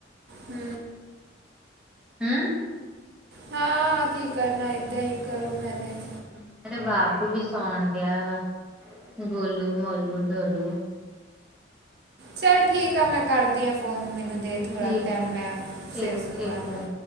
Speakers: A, on the right; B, in the centre.
A: ਹੂੰ।
B: ਹਮ।
A: ਹਾਂ, ਕੀ ਕਰਨਾ ਇੱਧਾਂ ਹੀ ਕਰੋ ਮੈਨੇਜ।
B: ਮੇਰੇ ਬਾਪੂ ਵੀ ਸੌਣ ਡਿਆ ਵਾ, ਗੋਲੂ, ਮੋਲੂ, ਡੋਲੂ।
A: ਚੱਲ ਠੀਕ ਆ। ਮੈਂ ਕਰਦੀ ਹਾਂ ਫੋਨ ਮੈਨੂੰ ਦੇ ਥੋੜ੍ਹਾ
B: ਠੀਕ
A: ਟਾਈਮ,
B: ਹੈ ਠੀਕ
A: ਸਿਰ ਸੁਰ
B: ਠੀਕ
A: ਵਾ ਲਾਂਵਾ।
B: ਹੈ